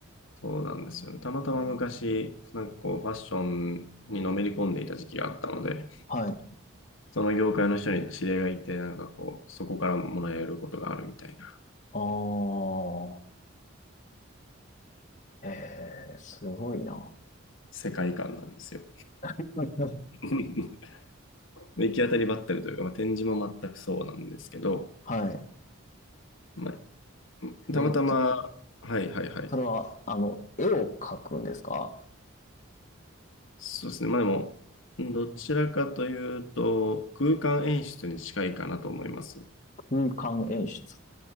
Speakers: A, on the left; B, on the left.
A: そうなんですよね。たまたま昔、なんかこう、ファッションにのめり込んでいた時期があったので、
B: はい。
A: その業界の人に知り合いがいて、なんかこう、そこからもらえることがあるみたいな
B: ああ。ええ、すごいな。
A: 世界観なんですよ。
B: <laughs>
A: <laughs> 行き当たりばったりというか、まあ、展示も全くそうなんですけど、
B: はい。
A: まあ、
B: えーっと、
A: たまたま、はいはいはい。
B: それは、あの、絵を描くんですか
A: そうですね。まあでも、どちらかというと、空間演出に近いかなと思います。
B: 空間演出。